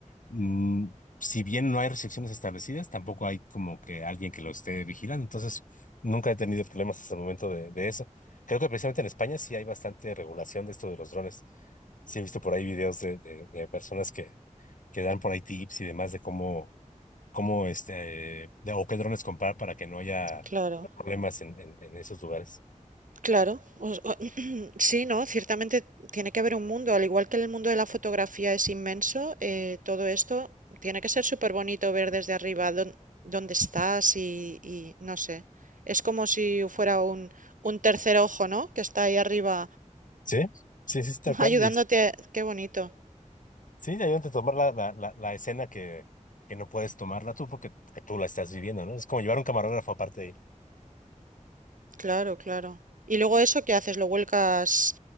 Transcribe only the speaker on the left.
mm, si bien no hay restricciones establecidas, tampoco hay como que alguien que lo esté vigilando. Entonces, nunca he tenido problemas hasta el momento de, de eso. Creo que precisamente en España sí hay bastante regulación de esto de los drones. Sí he visto por ahí videos de, de- de personas que, que dan por ahí tips y demás de cómo, cómo este, de- o qué drones comprar para que no haya
problemas en, en, en esos lugares.
Sí, sí, sí, sí, tal
cual.
Sí, ya yo te tomar la, la, la, la escena que, que no puedes tomarla tú porque que tú la estás viviendo, ¿no? Es como llevar un camarógrafo aparte de ahí.